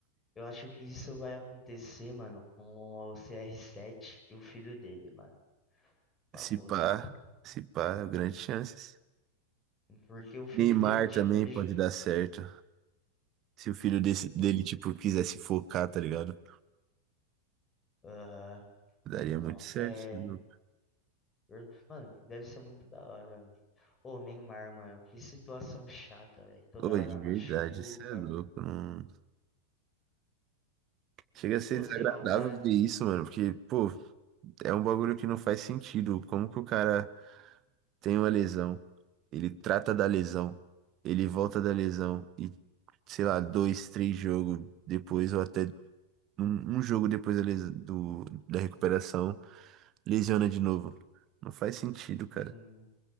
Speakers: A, on the left; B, on the right.
A: eu acho que isso vai acontecer, mano, com o CR7 e o filho dele, mano. Papo
B: Se pá,
A: reto.
B: se pá, grandes chances.
A: Porque o filho
B: Neymar
A: dele, tipo,
B: também
A: ele.
B: pode
A: já-
B: dar certo. Se o filho desse, dele,
A: o-
B: tipo, quisesse focar, tá ligado?
A: Aham.
B: Daria
A: Então,
B: muito certo.
A: é.
B: cê é louco.
A: Early- Mano, deve ser muito da hora, mano. Ô, Neymar, mano, que situação chata, velho. Toda
B: Ô, de
A: hora machuca.
B: verdade, isso é louco. Não... Chega a ser
A: Pô,
B: desagradável
A: sei lá, o cara.
B: ver isso, mano. Porque, pô, é um bagulho que não faz sentido. Como que o cara tem uma lesão, ele trata da lesão, ele volta da lesão e, sei lá, dois, três jogos depois, ou até um, um jogo depois da, les- do, da recuperação. Lesiona de novo. Não faz sentido, cara.
A: hum,